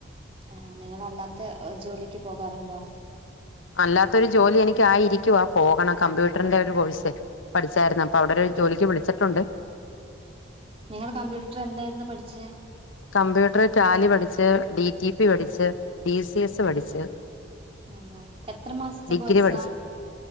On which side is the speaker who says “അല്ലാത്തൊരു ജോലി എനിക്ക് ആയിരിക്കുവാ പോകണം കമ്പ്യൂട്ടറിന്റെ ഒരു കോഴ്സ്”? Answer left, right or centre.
Left